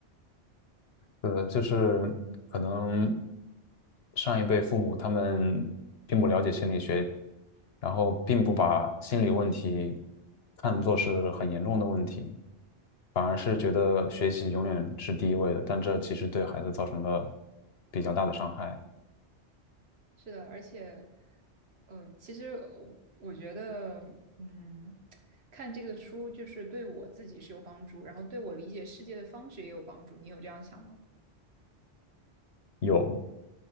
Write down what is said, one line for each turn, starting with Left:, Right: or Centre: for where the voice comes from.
Left: 呃，就是可能上一辈父母他们并不了解心理学，然后并不把心理问题看作是很严重的问题，反而是觉得学习永远是第一位的，
Right: 嗯
Left: 但这其实对孩子造成了比较大的伤害。
Right: 嗯，是的，而且，呃，其实我我觉得，嗯，看这个书就是对我自己是有帮助，然后对我理解世界的方式也有帮助。你有这样想吗？
Left: 有，